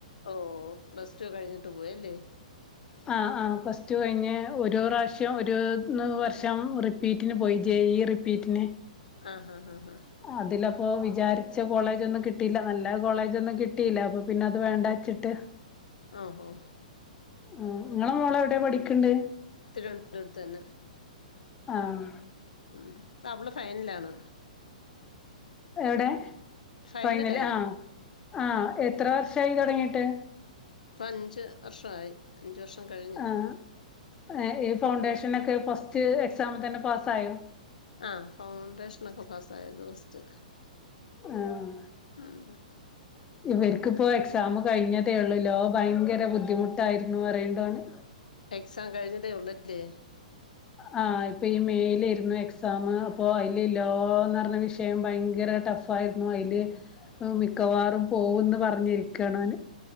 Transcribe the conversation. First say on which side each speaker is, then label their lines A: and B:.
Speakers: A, on the left; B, on the left.
A: ഓ പ്ലസ് ടു കഴിഞ്ഞിട്ട് പോയല്ലേ
B: ആഹ് ആഹ് പ്ലസ്റ്റു കഴിഞ്ഞ് ഒരു പ്രാവശ്യം ഒരു വർഷം റി പ്പീറ്റിന് പോയി ജേ ഈ റിപ്പീറ്റിന്
A: ആഹ് ഹാ ഹാ ഹാ
B: അതിലപ്പോ വിചാരിച്ച കോളേജ് ഒന്നും കിട്ടിയില്ല നല്ല കോളേജ് ഒന്നും കിട്ടിയില്ല അപ്പൊ പിന്നെ അത് വേണ്ടാ വെച്ചിട്ട് <inaudible>
A: ആഹ് ആഹ്
B: ആഹ് നിങ്ങളെ മോള് എവിടെയാ പഠിക്കണ്ട്
A: തിരുവനന്തപുരത്ത് തന്നെ
B: ആഹ്
A: ഉം അവള് ഫൈനലാണ്
B: എവിടെ
A: ഫൈനലായി
B: ഫൈനൽ ആഹ് ആഹ് എത്ര വർഷായി തുടങ്ങിയിട്ട്
A: ഇപ്പൊ അഞ്ച് വർഷായി അഞ്ച് വർഷം കഴി
B: ആഹ് ഈ ഫൗണ്ടേഷനൊക്കെ ഫസ്റ്റ് എക്സാമിൽ തന്നെ പാസ് ആയോ
A: ആഹ് ഫൗണ്ടേഷനൊക്കെ പാസ് ആയാരുന്നു ഫസ്റ്റ്
B: ആഹ്
A: ഉം.
B: ഇവർക്കിപ്പോ എക്സാം കഴിഞ്ഞതേ ഉള്ളൂലോ ഭയങ്കര ബുദ്ധിമുട്ടായിരുന്നു പറയണ്ട് ഓന്
A: എക്സാം കഴിഞ്ഞതേ ഉള്ളല്ലേ
B: ആഹ് ഇപ്പൊ ഈ മേയിലായിരുന്നു എക്സാം അപ്പൊ അതില് എല്ലാം നടന്ന വിഷയം ഭയങ്കര ടഫ് ഫായിരുന്നു അതില് മിക്കവാറും പോകൂന്ന് പറഞ്ഞിരിക്കാണ് ഓന്